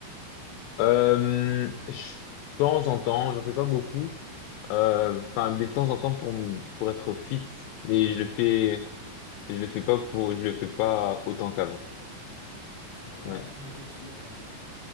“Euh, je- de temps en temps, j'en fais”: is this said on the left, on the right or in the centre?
Left